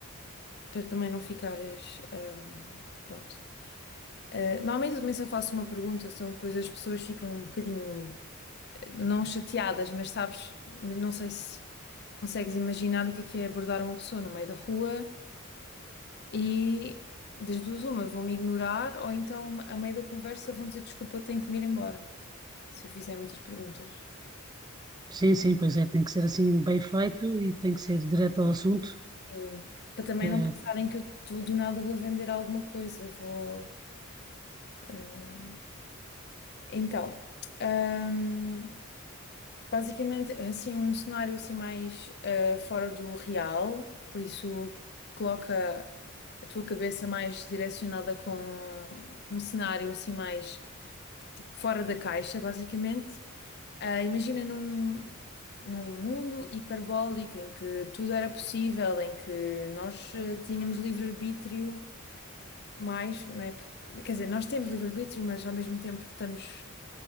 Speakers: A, on the left (about 50°); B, on the right (about 20°).
A: para também não ficares, ah, pronto. Ah, normalmente eu também só faço uma pergunta, senão depois as pessoas ficam um bocadinho, eh, não chateadas, mas sabes, mas não sei se consegues imaginar o que é que é abordar uma pessoa no meio da rua e das duas uma, vão-me ignorar ou então a meio da conversa vão dizer desculpa, eu tenho que me ir embora. se eu fizer muitas perguntas.
B: Sim, sim, pois é, tem que ser assim bem feito e tem que ser direto ao assunto,
A: Sim. Para também
B: para-
A: não pensarem que eu tô- do nada vou vender alguma coisa, vou. eh, Então, ahm, basicamente é assim um cenário assim mais eh, fora do real, por isso coloca a tua cabeça mais direcionada com um cenário assim mais tipo, fora da caixa, basicamente. Ah, imagina num, num mundo hiperbólico em que tudo era possível, em que nós eh, tínhamos livre-arbítrio mais, não é? Porque- Quer dizer, nós temos livre-arbítrio, mas ao mesmo tempo estamos